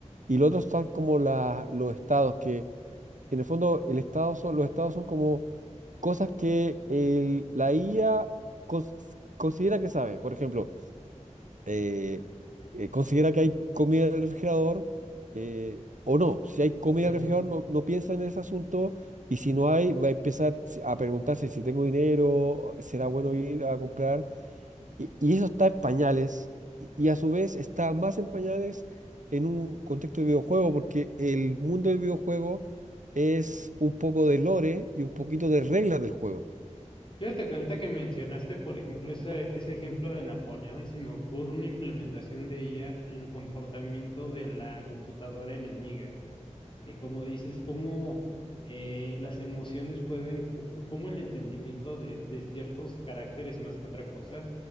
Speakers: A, on the right; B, on the left.
A: Y los otros están como la- los estados, que en el fondo el estado son, los estados son como cosas que el- la IA cons- considera que sabe. Por ejemplo, eh, eh, considera que hay comida en el refrigerador eh, o no. Si hay comida
B: mm.
A: en el refrigerador, no, no piensa en ese asunto y si no hay, va a empezar si- a preguntarse si tengo dinero, será bueno ir a comprar. Y, y eso está en pañales y, y a su vez está más en pañales en un contexto de videojuego porque el mundo del videojuego es un poco de lore y un poquito de reglas del juego.
B: Fíjate que ahorita que mencionaste, por ejemplo, ese, ese ejemplo de Napoleón, se me ocurre una implementación de IA en el comportamiento de la computadora enemiga. eh, como dices, cómo eh, las emociones pueden, ju- cómo el entendimiento de, de ciertos caracteres más que otra cosa